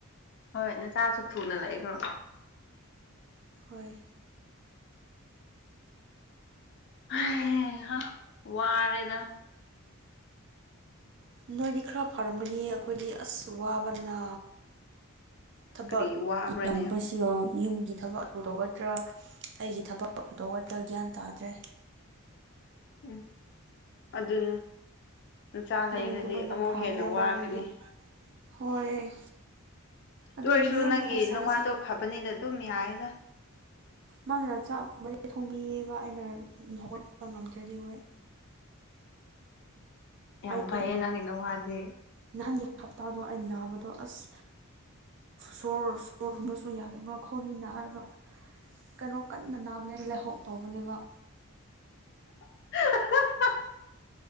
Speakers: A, on the left; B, on the right.
A: ꯍꯣꯏ ꯅꯆꯥꯁꯨ ꯊꯨꯅ ꯂꯩꯈ꯭ꯔꯣ
B: ꯍꯣꯏ
A: ꯍꯩ ꯍꯥ ꯋꯥꯔꯦꯗ
B: ꯅꯣꯏꯗꯤ ꯈꯔ ꯐꯔꯝꯒꯅꯤ ꯑꯩꯈꯣꯏꯗꯤ ꯑꯁ ꯋꯥꯕꯅ ꯊꯕꯛ
A: ꯀꯔꯤ ꯋꯥꯕ꯭ꯔꯅꯦ
B: ꯌꯥꯝꯕꯁ ꯌꯨꯝꯒꯤ ꯊꯕꯛ ꯇꯧꯒꯇ꯭ꯔꯥ ꯑꯩꯒꯤ ꯊꯕꯛꯄꯨ ꯇꯧꯒꯇ꯭ꯔꯥ ꯒ꯭ꯌꯥꯟ ꯇꯥꯗ꯭ꯔꯦ
A: ꯎꯝ ꯑꯗꯨꯅ ꯅꯆꯥ ꯂꯩꯔꯗꯤ
B: ꯂꯨꯍꯣꯡꯗꯕꯅ
A: ꯑꯃꯨꯛ
B: ꯐꯕꯅꯦ
A: ꯍꯦꯟꯅ
B: ꯑꯃꯔꯣꯝꯗꯤ
A: ꯋꯥꯒꯅꯤ
B: ꯍꯣꯏ ꯑꯗꯨꯒꯤꯅꯦ
A: ꯇꯧꯏ ꯑꯣꯏꯔꯁꯨ
B: ꯌꯥꯝ
A: ꯅꯪꯒꯤ
B: ꯃꯊꯥ ꯁꯥꯔꯤꯁꯦ
A: ꯅꯋꯥꯗꯣ ꯐꯕꯅꯤꯅ ꯑꯗꯨꯝ ꯌꯥꯏꯌꯦꯗ
B: ꯃꯥꯅ ꯆꯥꯛꯀꯨꯝꯕꯗꯤ ꯊꯣꯡꯕꯤꯌꯦꯕ ꯑꯩꯅ ꯍꯧꯒꯠꯄ ꯉꯝꯗ꯭ꯔꯗꯤ ꯍꯣꯏ
A: ꯌꯥꯝ
B: ꯑꯩ
A: ꯐꯩꯌꯦ ꯅꯪꯒꯤ ꯅꯋꯥꯗꯤ
B: ꯅꯍꯥꯟꯒꯤ ꯍꯞꯇꯥꯗꯣ ꯑꯩ ꯅꯥꯕꯗꯣ ꯑꯁ ꯁꯣꯔ ꯁꯣꯔ ꯍꯣꯟꯕꯁꯨ ꯌꯥꯗꯕ ꯈꯧꯔꯤ ꯅꯥꯔꯒ ꯀꯔꯣ ꯀꯟꯅ ꯅꯥꯕꯅꯦ ꯂꯥꯏꯍꯧ ꯇꯧꯕꯅꯦꯕ
A: <unintelligible>